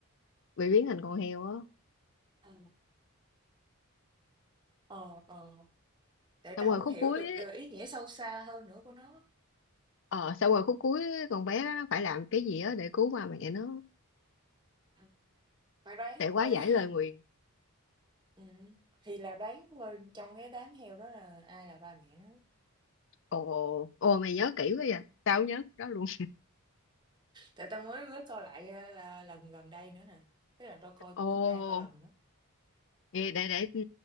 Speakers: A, on the left (about 55°); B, on the right (about 20°).
A: bị biến thành con heo á
B: Ừ. Ờ, ờ. Tại
A: xong
B: ta
A: rồi
B: không
A: khúc
B: hiểu
A: cuối
B: được
A: ấy,
B: ờ, ý nghĩa sâu xa hơn nữa của nó.
A: ờ xong rồi khúc cuối ấy, con bé đó nó phải làm cái gì á để cứu ba mẹ nó
B: Ừ. Phải đoán
A: để quá
B: thôi.
A: giải lời nguyền
B: <laughs> Ừm, thì là đoán thôi, trong cái đám heo đó là ai là ba mẹ nó.
A: ồ ồ mày nhớ kỹ quá vậy tao không nhớ cái đó luôn
B: Tại tao mới mới coi lại, a, là lần gần đây nữa nè, tức là tao coi
A: <laughs>
B: cũng
A: ồ
B: hai ba lần á,
A: vậy để để ừ,